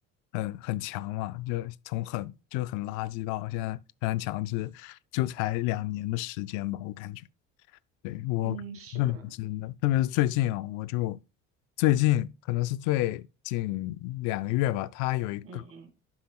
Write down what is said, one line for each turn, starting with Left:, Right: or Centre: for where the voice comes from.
Left: 很很强嘛，就从很就很垃圾到现在非常强势，就才两年的时间吧，我感觉。对，我认为真的，
Right: 嗯，是，
Left: 特别是最近啊，我就最近可能是最近两个月吧，他有一个
Right: 嗯嗯，